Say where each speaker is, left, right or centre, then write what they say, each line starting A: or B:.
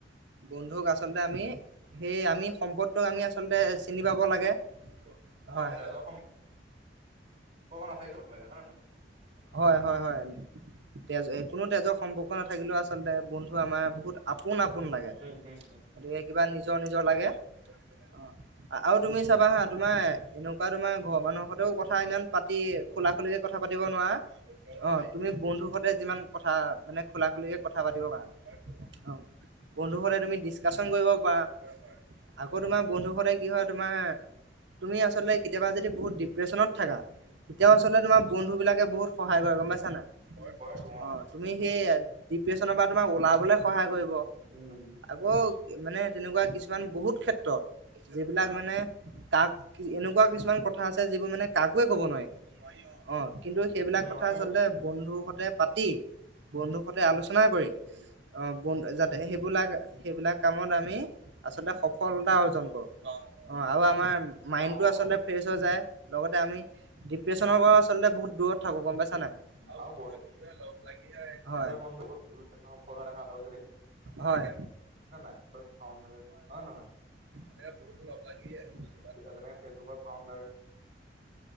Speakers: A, on the right (about 70°); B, on the right (about 35°).
A: বন্ধুক আচলতে আমি সেই আমি সম্পদটোক আমি আ থমতে চিনি পাব লাগে। হয়,
B: অ', তেজৰ সম্পৰ্ক নাথাকিব লাগে হয় নে নহয়?
A: হয়। হয় হয় হয় তেজ এ', কোনো তেজৰ সম্পৰ্ক নাথাকিলেও আচলতে বন্ধু আমাৰ বহুত - আপোন আপোন লাগে।
B: উম, উম,
A: গতিকে কিবা নিজৰ নিজৰ লাগে। অহ আৰু তুমি চাবা হা তোমাৰ এন কা তোমাৰ ঘৰৰ মানুহৰ হতেও কথা ইমান পাতি খোলা খুলিকে কথা পাতিব নোৱাৰা অহ তুমি বন্ধু সতে যিমান কথা মানে খোলা খুলিকে কথা পাতিব পাৰা অহ, বন্ধুৰ সৈতে তুমি ডিচকাচন কৰিব পাৰা। আকৌ তোমাৰ বন্ধু সদায় কি হয় তোমাৰ তুমি আচলতে কেতিয়াবা যদি বহুত ডি প্ৰেচনত থাকা তিতিয়াও আচলতে তোমাৰ বন্ধু বিলাকে বহুত সহায় কৰে, গম পাইছা নে নাই?
B: উম, কৰেতো
A: অহ,
B: অ'।
A: তুমি সেই- ডিপ্ৰেশ্যনৰ পৰা তোমাক ওলাবলৈ সহায় কৰিব।
B: উম
A: আকৌ মানে তেনেকুৱা কিছুমান বহুত- ক্ষেত্ৰত যিবিলাক মানে কাক, এনেকুৱা কিছুমান কথা আছে যিবোৰ মানে কাকোৱে ক'ব নোৱাৰি। অহ, কিন্তু সেইবিলাক
B: নোৱাৰি
A: কথা আচলতে বন্ধুৰ সৈতে পাতি- বন্ধুৰ সতে আলোচনা কৰি অ বন্ যাতে সেইবিলাক সেইবিলাক কামত আমি আচলতে শ সফলতা অৰ্জন কৰো, অহ আৰু আমাৰ মাইনটো
B: পাওঁ
A: আচলতে
B: অ উম
A: ফ্ৰেচ হৈ যায় লগতে আমি- ডিপ্ৰেচনৰ পৰা আচলতে বহুত দূৰত থাকো গম পাইছা নাই
B: আৰু <unintelligible>
A: হয়।
B: <unintelligible>
A: হয়।
B: ফাউণ্ডাৰ। হয় নে নহয়?
A: <unintelligible>
B: যেনেকে ফেচবুকৰ ফাউণ্ডাৰ